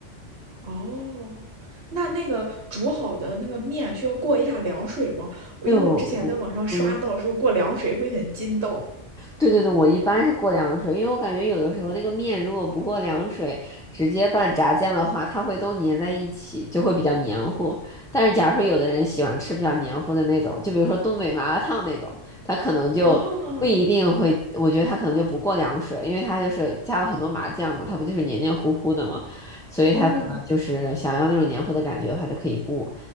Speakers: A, on the right (about 60°); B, in the centre.
A: 哦，那那个煮好的那个面需要过一下凉水吗？我因为我之前在网上刷到说过凉水会很筋道
B: 就嗯。对对对，我一般是过凉水，因为我感觉有的时候那个面如果不过凉水，直接拌炸酱的话，它会都粘在一起，就会比较黏糊。但是假如说有的人喜欢吃比较黏糊的那种，就比如说东北麻辣烫那种，他可能就不一定会，
A: 啊，
B: 我觉得他可能就不过凉水，因为他就是加了很多麻酱嘛，他不就是黏黏糊糊的嘛，所以他可能就是想要那种黏糊的感觉的话，
A: 哦，
B: 就可以不